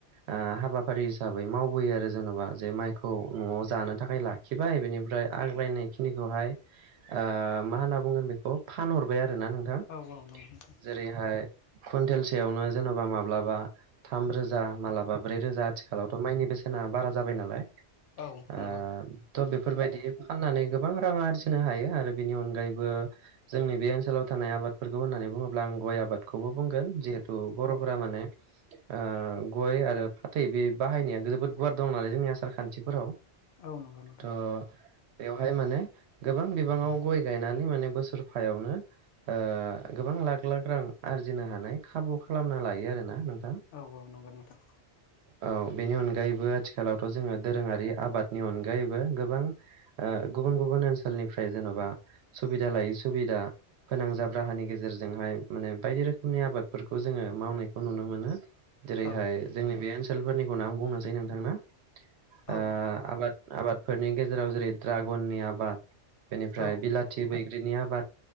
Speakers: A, on the right; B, on the left.
A: ओ हाबाफारि हिसाबै मावबोयो आरो जेन'बा जे माइखौ न'आव जानो थाखाय लाखिबाय बेनिफ्राय आग्लायनायखिनिखौहाय ओ मा होनना बुंगोन बेखौ फानहरबाय आरो आरोना नोंथां
B: औ औ नंगौ नोंथां
A: जेरैहाय कुइनटेलसेयावनो जेन'बा माब्लाबा थाम रो जा मालाबा ब्रै रोजा आथिखालावथ' माइनि बेसेना बारा जाबाय नालाय।
B: औ नंगौ।
A: ओ थ' बेफोरबायदि फाननानै गोबां रां आरजिनो हायो आरो बेनि अनगायैबो जोंनि बे ओनसोलाव था नाय आबादफोरखौ होननानै बुङो ब्ला आं गय आबादखौबो बुंगोन जिहेथु बर'फोरा
B: औ
A: माने ओ गय आरो फाथै बे बाहायनाया जोबोद गुवार दं नालाय जोंनि आसार खान्थिफोराव।
B: औ नंगौ नोंथां।
A: थ' बेवहाय माने गोबां बिबाङाव गय गायनानै माने बोसोरफायावनो ओ गोबां लाख लाख रां आरजिनो हानाय खाबु खालामना लायो आरोना नों
B: औ औ नंगौ नोंथां।
A: औ बेनि अनगायैबो आथिखालावथ' जोङो दोरोङारि आबादनि अनगायैबो गोबां ओ गुबुन गुबुन ओनसोलनिफ्राय जेन'बा सुबिदा लायै सुबिदा फोनांजाब राहानि गेजेरजोंहाय माने बायदि रोखोमनि आबादफोरखौ जोङो मावनायखौ नुनो मोनो जेरैहाय
B: औ
A: जोंनि बे ओनसोलफोरनिखौनो आं बुंनोसै नोंथांनो ओ
B: औ
A: आबाद आबादफोरनि गेजेराव जेरै ड्रागननि आबाद बेनिफ्राय
B: औ
A: बिलाथि बैग्रिनि आबाद